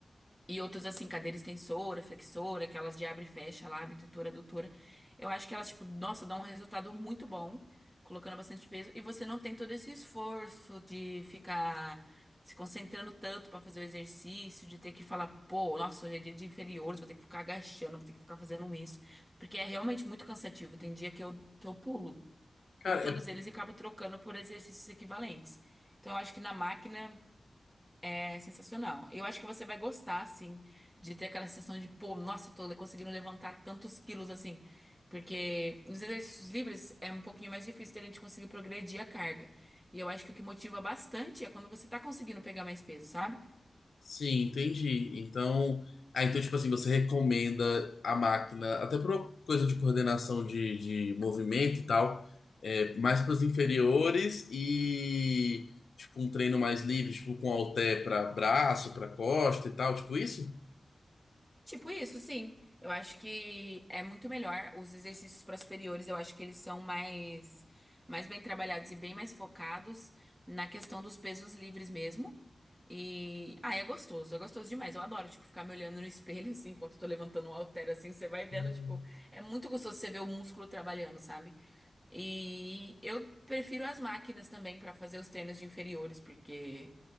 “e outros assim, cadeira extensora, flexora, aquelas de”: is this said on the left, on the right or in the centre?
Centre